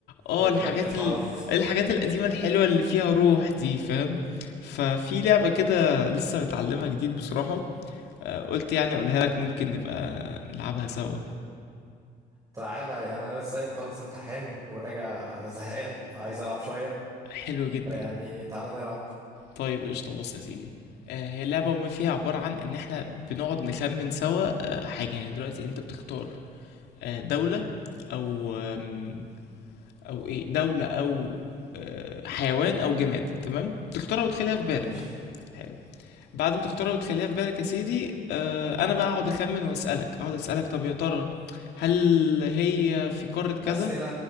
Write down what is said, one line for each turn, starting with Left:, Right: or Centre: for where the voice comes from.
Left: اه
Right: بنك
Left: الحاجات
Right: الحظ
Left: ال... الحاجات القديمه الحلوه اللي فيها روح دي فاهم ففي لعبه كده لسه متعلمها جديد بصراحه آه، قلت يعني اقولها لك ممكن نبقى نلعبها سوا
Right: تعالى يعني انا لسه قايم مخلص امتحان وراجع زهقان فعايز العب شويه
Left: حلو جدا
Right: فيعني تعالى نلعب
Left: طيب قشطة بص يا سيدي آه، هي اللعبة وما فيها عبارة عن إن إحنا بنقعد نخمن سوا آه، حاجة يعني دلوقتي أنت بتختار آه، دولة أو آم، أو إيه دولة أو آه، حيوان أو جماد تمام تختارها وتخليها في بالك
Right: ماشي
Left: حلو بعد ما تختارها وتخليها في بالك يا سيدي آه، أنا بقى أقعد أخمن وأسألك أقعد أسألك طب يا ترى هل هي في قارة كذا؟
Right: اسئله